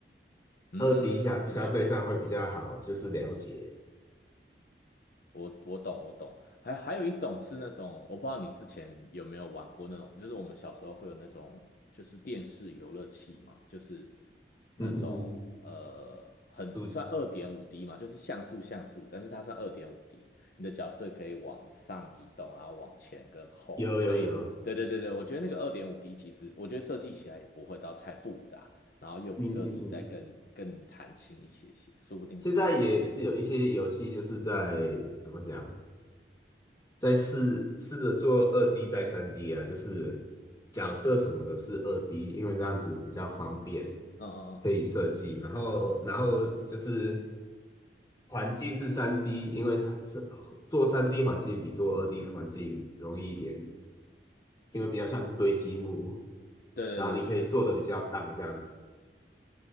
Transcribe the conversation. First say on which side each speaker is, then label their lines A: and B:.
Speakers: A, on the left; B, on the left.
A: 嗯，
B: 二 D 相相对上会比较好，
A: 了解。
B: 就是了解。
A: 我我懂我懂，还还有一种是那种，我不知道你之前有没有玩过那种，就是我们小时候会有那种，就是电视游乐器嘛，就是那种呃，
B: 嗯嗯嗯，
A: 很算二点五
B: 对
A: D 嘛，就是像素像素，但是它算二点五 D，你的角色可以往上移动，然后往前跟后，
B: 有有有，
A: 所以对对对对，我觉得那个二点五 D 其实我觉得设计起来也不会到太复杂，然后又比二
B: 嗯嗯嗯，
A: D 再更更弹性一些些，说不定是个不错的点。
B: 现在也是有一些游戏就是在怎么讲？再试试着做二 D 再三 D 啊，就是角色什么的是二 D，因为这样子比较方便，
A: 嗯嗯嗯。
B: 可以设计。然后，然后就是环境是三 D，因为是做三 D 环境比做二 D 环境容易一点，因为比较像堆积木，
A: 对对对对对对对，
B: 然后你可以做的比较大这样子，